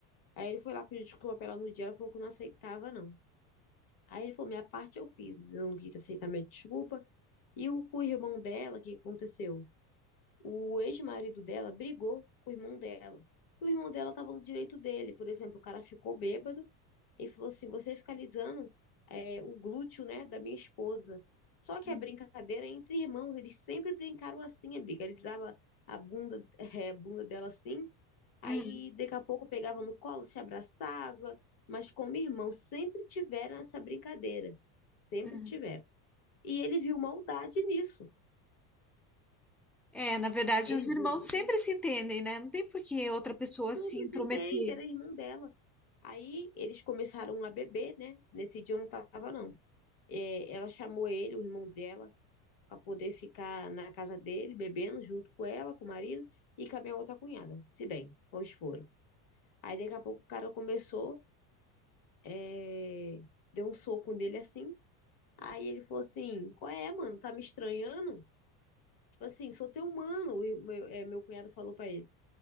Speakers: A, on the left; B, in the centre.
A: Aí ele foi lá pedir desculpa pra ela no dia, ela falou que não aceitava, não. Aí ele falou: minha parte eu fiz, eu não quis aceitar minha desculpa. E o com o irmão dela, o que aconteceu? O ex-marido dela brigou com o irmão dela. E o irmão dela estava no direito dele. Por exemplo, o cara ficou bêbado e falou assim: você fica alisando é, o glúteo, né, da minha esposa. Só que
B: Hum,
A: a brincadeira é entre irmãos, eles sempre brincaram assim, amiga. Ele dava a bunda, <laughs> é, a bunda dela assim, aí
B: uhum,
A: daqui a pouco pegava no colo, se abraçava, mas como irmão, sempre tiveram essa brincadeira, sempre
B: uhum.
A: tiveram. E ele viu maldade nisso.
B: É, na verdade,
A: Ele
B: os irmãos
A: viu maldade.
B: sempre se entendem, né? Não tem por que outra pessoa
A: Sempre
B: se intrometer.
A: se entende, era irmão dela. Aí eles começaram a beber, né? Nesse dia eu não tava, não. É, ela chamou ele, o irmão dela, para poder ficar na casa dele, bebendo junto com ela, com o marido e com a minha outra cunhada, se bem, pois foram. Aí daqui a pouco o cara começou, é, deu um soco nele assim. Aí ele falou assim: Qual é, mano? Tá me estranhando? Tipo assim, sou teu mano, o ir- meu, é, meu cunhado falou pra ele.